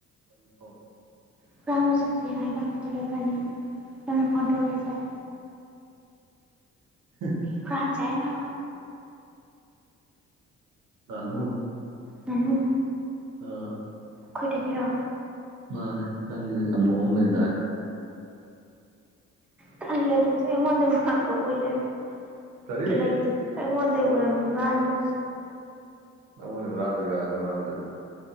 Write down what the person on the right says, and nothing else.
ꯀꯔꯤꯅꯣ <inaudible>
ꯍꯝ
ꯂꯅꯨ <inaudible>
ꯑꯥ
ꯃꯥꯅꯦ ꯅꯪꯒꯤ ꯑꯃꯣꯝꯃ ꯂꯩꯗꯥꯏ
ꯀꯔꯤ
ꯅꯅꯦꯔꯥꯗꯔꯀꯔꯥꯗ